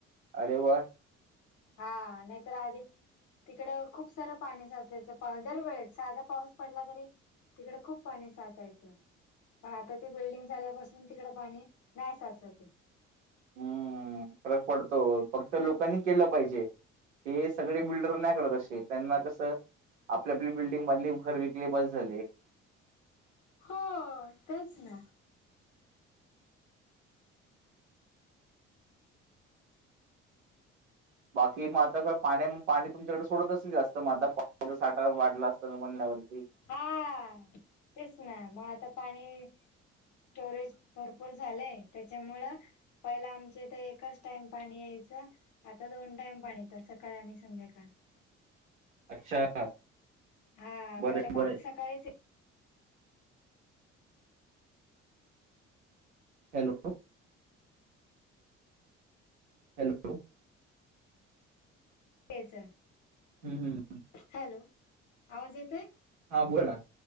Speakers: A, on the right; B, on the left.
A: अरे वा.
B: हा नाहीतर आधी तिकड खूप सार पाणी साच त्याच पाणी दर वेळेस साधा पाऊस पडला तरी तिकड खूप पाणी साचायच. पण आता ते बिल्डिंग झाल्यापासून तिकड पाणी नाही साचतय.
A: हम्म फरक पडतो फक्त लोकांनी केल पाहिजे. हे सगळे बिल्डर नाही का तसे त्यांना कस. आपल्या बी बिल्डिंग मधली घर विकली बस झाले.
B: हो, तेच ना.
A: बाकी मग आता पाणी म पाणी तुमच्याकडे सोडत असेल नाही जास्त मग आता पाण्या साठा वाढला असेल म्हणण्यावरती.
B: हा तेच ना मग आता पाणी. स्टोरेज भरपूर झालेय त्याच्यामुळ पहिला आमच्या इथ, एकच टाइम पाणी यायचं आता दोन टाईम पाणी येतं, सकाळ आणि संध्याकाळ.
A: अच्छा.
B: हां
A: बरं
B: पहिला
A: आहे, बरं
B: फक्त
A: आहे.
B: सकाळीच य
A: हॅलो? हॅलो?
B: तेच.
A: हम्म.
B: हॅलो? आवाज येतोय?
A: हा बोला ना,